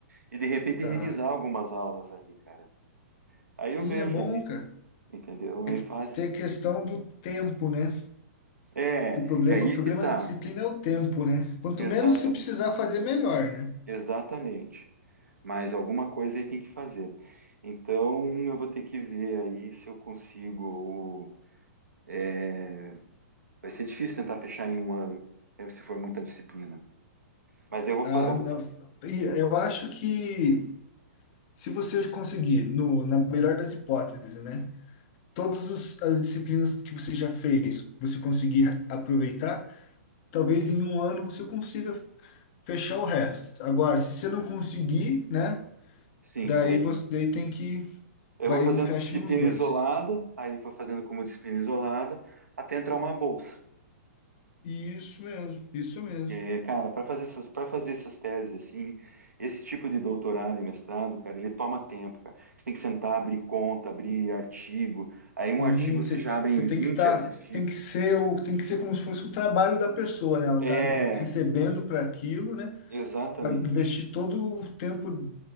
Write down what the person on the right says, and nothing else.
E de repente
revisar algumas aulas ali, cara. Aí eu
vejo
ali,
entendeu?
Aí
faz.
É,
é aí
que tá.
Exatamente.
Exatamente. Mas alguma coisa aí tem que fazer. Então eu vou ter que ver aí se eu consigo. é, Vai ser difícil tentar fechar em um ano, é, se for muita disciplina. Mas eu vou
fa... eu-
é,
sim,
aí
eu
vou fazendo
disciplina
isolada, aí vou fazendo como disciplina isolada, até entrar uma bolsa.
É, cara, para fazer essas, para fazer essas teses assim, esse tipo de doutorado e mestrado, cara, ele toma tempo, cara. Você tem que sentar, abrir conta, abrir artigo. Aí um
artigo
você já abre em vinte
artigos.
É,
exatamente.